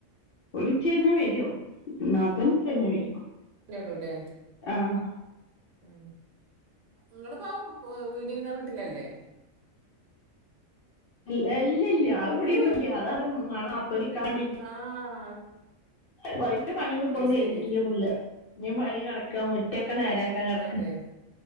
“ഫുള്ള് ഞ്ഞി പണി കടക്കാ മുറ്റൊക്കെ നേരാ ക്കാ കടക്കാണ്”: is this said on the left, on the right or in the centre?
Left